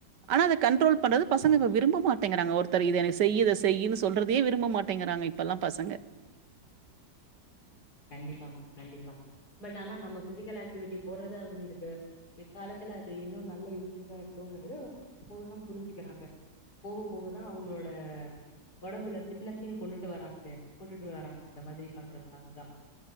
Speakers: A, on the right; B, on the left.
A: ஆனா அத கண்ட்ரோல் பண்றது பசங்க இப்ப விரும்ப மாட்டேங்குறாங்க ஒருத்தர் இத என்னைய செய்யு இத செய்யுனு சொல்றதே விரும்ப மாட்டேங்குறாங்க இப்பலா பசங்க
B: கண்டிப்பா மேம் கண்டிப்பா பட் ஆனா நம்ம ஃபிசிக்கல் ஆக்டிவிட்டி போட்றது அவுங்களுக்கு பிற்காலத்துல அது இன்னு நல்ல யூஸ் <inaudible> இருக்குங்குறது போகத்தா புரிஞ்சிக்கிறாங்க போக போகதா அவுங்ளோட ஒடம்புல ஃபிட்னஸையு கொண்டுட்டு வராங்க கொண்டுட்டு வராங்க அந்த மாரி பண்றதுனால தா